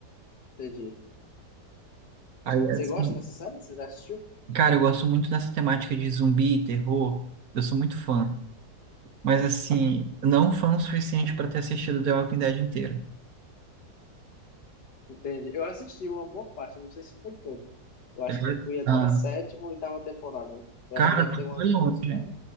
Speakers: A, on the left; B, on the right.
A: Entendi.
B: Aí, assim,
A: Você gosta dessa série? Você já assistiu?
B: cara, eu gosto muito dessa temática de zumbi, terror, eu sou muito fã. Mas, assim, não fã o suficiente para ter assistido The Walking Dead inteiro.
A: Entendi. Eu assisti uma boa parte, eu não sei se foi todo. Eu acho
B: Eu-
A: que fui até
B: Ah,
A: a sétima ou oitava temporada, né? Eu
B: cara,
A: acho que deve
B: tu
A: ter umas
B: foi longe.
A: 12 já, né?